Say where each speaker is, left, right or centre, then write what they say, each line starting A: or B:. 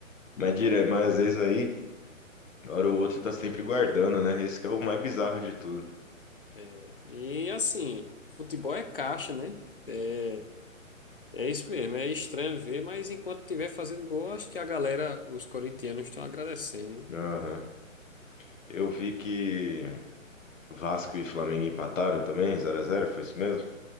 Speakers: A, on the left; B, on the left.
A: Mas, dire... mas às vezes aí, hora ou outra, tá sempre guardando, né? Esse que é o mais bizarro de tudo.
B: é, e assim, futebol é caixa, né? É, é isso mesmo, é estranho ver, mas enquanto estiver fazendo gol, acho que a galera, os corintianos, estão agradecendo. né?
A: Aham. Eu vi que. Vasco e Flamengo empataram também, zero a zero foi isso mesmo?